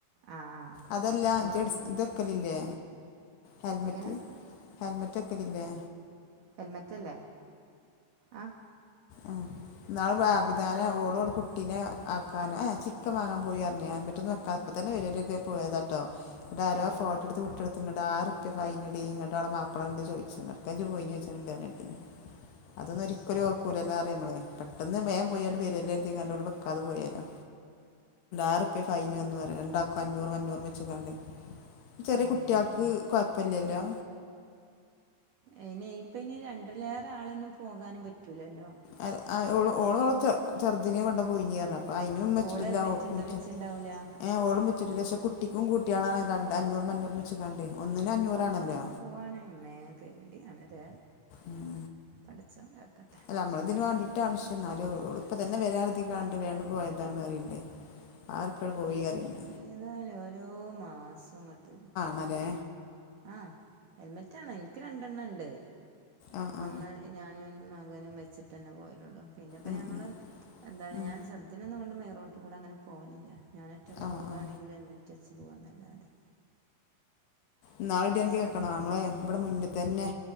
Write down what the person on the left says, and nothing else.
അതല്ല
ഇജ് എട് ക്കല് ല്ലേ ഹെൽമെറ്റ്
ഹൽമെറ്റ്ക്കല് ല്ലേ
ആഹ് ന്നാള് ആബിതനെ ഓള് ഓളെ കുട്ടീനെ ആക്കാൻ ചിക്കൻ വാങ്ങാൻ പോയി അറിഞ്ഞ്ലെ ഹെലമറ്റൊന്ന് വെക്കാത്ത അപ്പ തന്നെ വരലൊ കരുതി പോയതാ ട്ടോ ന്നട്ട് ആരോ
ഫൊ ട്ടടുത്ത് വിട്ടടുത്ത് ഇങ്ങട്ട് ആയിറ്പ്പിയ ഫൈൻ എടി ഞ്ഞട്ട് ഓളെ മാപ്പള ഇണ്ട് ചോയിച്ച്ന് എവുടുക്ക ജ്ജ് പോയിന്ന് പറയിണേട്ടീനി അതൊന്നരിക്കലു ഓ കൂലല്ല അറിയമ്മളെ പെട്ടെന്ന് വേ പോയ്ണ്ട് വെരൊല്ലൊ കരുതികാണ്ടവിടെ വെക്കാത പൊയൊലൊ പോയാലോ ആറുപ്പ്യ ഫൈന് വന്നു വരാ രണ്ടാക്കും അഞ്ഞൂറും അഞ്ഞൂറും വെച്ച്ക്കാണ്ടേ ചെറിയ
കുട്ട്വാക്ക് കൊഴപ്പല്ലല്ലോ
അയ് അയ് ഓ ഓളോള ചെർദിനിനെ കൊണ്ട് പോയിനേ അപ്പം ആണിനും വെച്ചിട്ടില്ല
ഒക്കും വെച്
ഏ ഓളും വെിച്ചിട്ടില്ല പക്ഷ കുട്ടിക്കും കൂട്ടിയാണ രണ്ട് അഞ്ഞൂറും മഞ്ഞൂറും വെച്ചക്കാണ്ടേ ഒന്നിനു അഞ്ഞൂറാണല്ലോ
ഉം
അല്ല നമ്മള ഇതിന് വേണ്ടിട്ടാണ്ക്ഷേ നല്ല ഇപ്പ തന്നെ വരാരുതിങാണ്ട് പോയത് താണ് അറിണ്ട് ആയിരുറപ്യ പോയി പറിയിണ്ട്
മലെ
ആ ആ
ഉം
ഉം
ഉം
ആ
ആ
ഇനാള് എടി
അനക്ക്
കേക്കാണോ അങ്ങളെ ഇവിടെ മുന്നിൽ തന്നെ